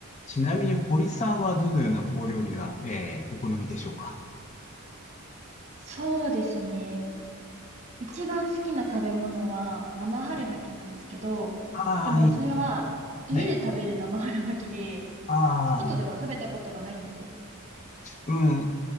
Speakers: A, on the left; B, on the right.
A: ちなみに堀さんはどのようなご料理が、えーお好みでしょうか
B: そうですね。一番好きな食べ物は生春巻きなんですけど、
A: はいああ、
B: でもそれは家で食べる生春巻きで、
A: いいですね。はい。ああ、
B: 外では食べたことがないんですよ。
A: うん。